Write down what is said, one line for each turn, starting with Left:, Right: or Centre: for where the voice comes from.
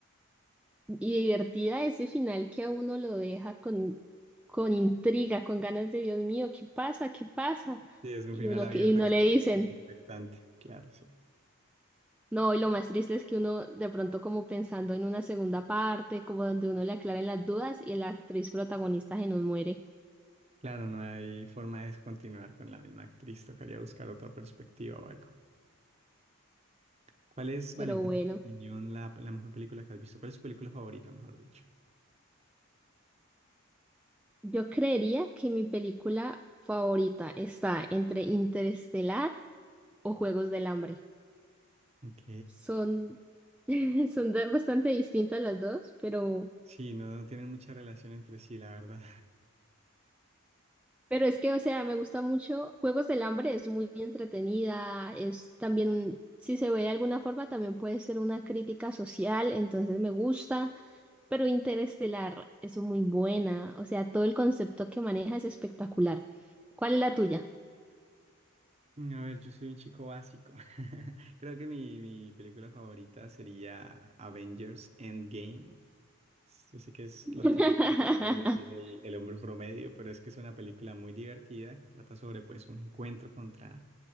Centre: Y divertida ese final que a uno lo deja con, con intriga, con ganas de Dios mío, ¿qué pasa? ¿Qué pasa?
Right: Sí, es un
Centre: Y
Right: final
Centre: uno
Right: abierto
Centre: que, y no
Right: que
Centre: le
Right: te deja
Centre: dicen.
Right: muy expectante, claro, sí.
Centre: No, y lo más triste es que uno de pronto como pensando en una segunda parte, como donde uno le aclara las dudas y la actriz protagonista se nos muere.
Right: Claro, no hay forma de continuar con la misma actriz, tocaría buscar otra perspectiva o algo. ¿Cuál es, Valentina,
Centre: Pero bueno,
Right: en tu opinión, la, la mejor película que has visto? ¿Cuál es tu película favorita, mejor dicho?
Centre: yo creería que mi película favorita está entre Interestelar o Juegos del Hambre.
Right: Ok,
Centre: Son, <laughs> son de- bastante distintas las dos, pero
Right: Sí, no, no tienen mucha relación entre sí, la verdad.
Centre: Pero es que, o sea, me gusta mucho. Juegos del Hambre es muy entretenida, es también un- si se ve de alguna forma, también puede ser una crítica social, entonces me gusta. Pero Interestelar es muy buena, o sea, todo el concepto que maneja es espectacular. ¿Cuál es la tuya?
Right: <laughs> A ver, yo soy un chico básico. <laughs> Creo que mi, mi película favorita sería Avengers Endgame. Yo sé que es
Centre: <laughs>
Right: lo típico que puede decir el, el hombre promedio, pero es que es una película muy divertida que trata sobre pues un encuentro contra